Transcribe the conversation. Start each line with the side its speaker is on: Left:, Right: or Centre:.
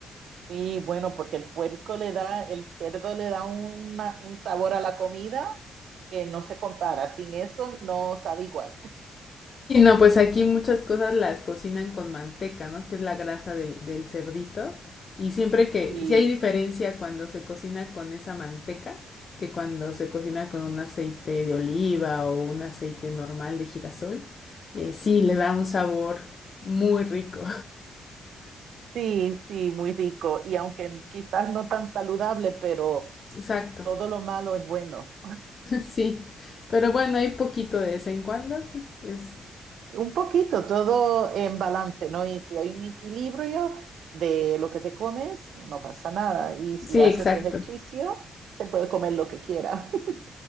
Right: Sí, bueno, porque el puerco le da, el cerdo le da una- un sabor a la comida que no se compara. Sin eso no sabe igual.
Left: Y no, pues aquí muchas cosas las cocinan con manteca, ¿no? Que es la grasa del, del cerdito. Y siempre que,
Right: Sí,
Left: si hay diferencia cuando se cocina con esa manteca que cuando se cocina con un aceite de oliva o un aceite normal de girasol, eh, sí, le da un sabor muy rico.
Right: sí, sí, muy rico. Y aunque quizás no tan saludable, pero
Left: <laughs> Exacto.
Right: todo lo malo es bueno.
Left: Sí, pero bueno, hay poquito de vez en cuando. Es...
Right: Un poquito, todo en balance, ¿no? Y si hay un equilibrio de lo que te comes, no pasa nada. Y si
Left: Sí,
Right: haces
Left: exacto.
Right: ejercicio, se puede comer lo que quiera. <laughs>